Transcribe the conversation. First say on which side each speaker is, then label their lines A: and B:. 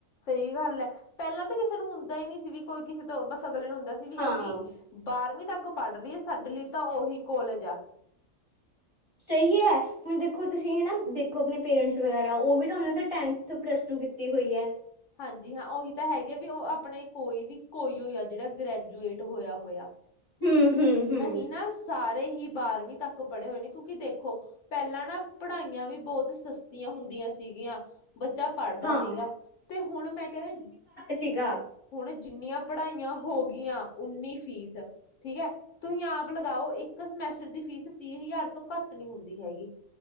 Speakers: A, on the left; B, on the left.
A: ਸਹੀ ਗੱਲ ਹੈ‌, ਪਹਿਲਾਂ ਤਾਂ ਕਿਸੇ ਨੂੰ ਹੁੰਦਾ ਹੀ ਨੀ ਸੀ, ਕੀ ਕੋਈ ਕਿਸੇ ਤੋਂ ਬਸ ਅਗਲੇ ਨੂੰ ਹੁੰਦਾ ਸੀ ਕੀ
B: ਹਾਂ
A: ਅਸੀ ਬਾਰਵੀਂ ਤੱਕ ਪੜ੍ਹ ਰੀ, ਸਾਡੇ ਲਈ ਤਾਂ ਔਹੀ ਕੋਲਜ ਆ।
B: ਸਹੀ ਹੈ, ਹੁਣ ਦੇਖੋ ਤੁਸੀਂ ਹੈ ਨਾ ਦੇਖੋ, ਆਪਣੇ ਪੇਰੈਂਟਸ ਵਗੈਰਾ ਉਹ ਵੀ ਤਾਂ ਉਹਨਾਂ ਦਾ ਟੇਮ ਤੁ ਪਲੱਸ ਟੂ ਕੀਤੀ ਹੋਈ ਹੈ।
A: ਹਾਂਜੀ ਹਾਂ, ਉਹੀ ਤਾਂ ਹੈਗੇ ਵੀ ਉਹ ਆਪਣੇ ਕੋਈ ਵੀ ਕੋਈ ਅਜ, ਅਜ ਦਾ ਗ੍ਰੈਜੂਏਟ ਹੋਇਆ ਹੋਇਆ।
B: ਹੂੰ ਹੂੰ ਹੂੰ
A: ਨਹੀਂ ਨਾ, ਸਾਰੇ ਹੀ ਬਾਰਵੀਂ ਤੱਕ ਪੜ੍ਹੇ ਹੋਏ ਨੇ ਕਿਉਂ ਕੀ ਦੇਖੋ। ਪਹਿਲਾਂ ਨਾ, ਪੜ੍ਹਾਈਆਂ ਵੀ ਬਹੁਤ ਸਸਤੀਆਂ ਹੁੰਦੀਆਂ ਸੀਗੀਆਂ। ਬੱਚਾ ਪੜ੍ਹਦਾ
B: ਹਾਂ
A: ਸੀਗਾ, ਤੇ ਹੁਣ ਮੈਂ ਕਹਿਆ
B: ਸੀ ਗਾ।
A: ਹੁਣ, ਜਿੰਨੀਆਂ ਪੜ੍ਹਾਈਆਂ ਹੋ ਗਈਆਂ ਉਨੀ ਫੀਸ। ਠੀਕ ਹੈ‌ ‌‌‌, ਤੁਸੀਂ ਆਪ ਲਗਾਓ ਇੱਕ ਸਮੈਸਟਰ ਦੀ ਫੀਸ ਤੀਹ ਹਜ਼ਾਰ ਤੋਂ ਘੱਟ ਨੀ ਹੁੰਦੀ ਹੈਗੀ।